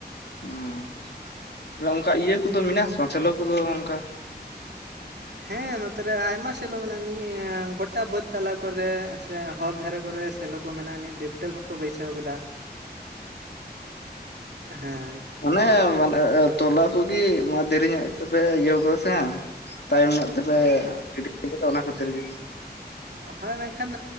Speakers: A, on the left; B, on the right.
A: ᱚᱸ ᱛᱟᱦᱞᱮ ᱚᱱᱠᱟ ᱤᱭᱟᱹ ᱠᱚᱫᱚ ᱢᱮᱱᱟᱜ ᱥᱮ ᱵᱟᱝ ᱥᱮᱞᱳ ᱠᱚᱫᱚ ᱚᱱᱠᱟ
B: ᱦᱮᱸ ᱱᱚᱛᱮ ᱨᱮ ᱟᱭᱢᱟ ᱥᱮᱞᱚ ᱢᱮᱱᱟᱜᱼᱟ ᱱᱤᱭᱟᱹ ᱜᱚᱴᱟ ᱵᱟᱹᱫ ᱛᱟᱞᱟ ᱠᱚᱨᱮ ᱥᱮ ᱦᱚᱨ ᱫᱷᱟᱨᱮ ᱠᱚᱨᱮ ᱥᱮ ᱥᱮᱞᱚ ᱠᱚ ᱢᱮᱱᱟᱜᱼᱟᱱᱤᱡ ᱰᱤᱯᱴᱮᱞ ᱦᱚᱸᱠᱚ ᱵᱟᱹᱭᱥᱟᱹᱣ ᱠᱟᱫᱟ ᱦᱮᱸ
A: ᱟᱱᱮ ᱢᱟᱱᱮ ᱛᱚᱞᱟ ᱠᱚᱜᱮ ᱢᱟ ᱫᱮᱨᱤ ᱧᱚᱜ ᱛᱮᱯᱮ ᱤᱭᱟᱹᱣ ᱠᱟᱫᱟ ᱥᱮ ᱛᱟᱭᱚᱢ ᱧᱚᱜ ᱛᱮᱯᱮ ᱜᱤᱰᱤ ᱠᱟᱫᱟ ᱚᱱᱟ ᱠᱷᱟᱹᱛᱤᱨ ᱜᱤ
B: ᱟᱨ <unintelligible> ᱦᱳᱭ ᱢᱮᱱᱠᱷᱟᱱ